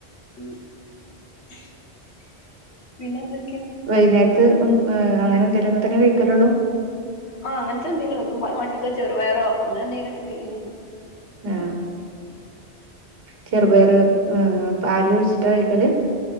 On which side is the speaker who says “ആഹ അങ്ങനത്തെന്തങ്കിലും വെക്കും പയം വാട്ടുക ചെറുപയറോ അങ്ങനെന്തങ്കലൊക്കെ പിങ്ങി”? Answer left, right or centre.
Left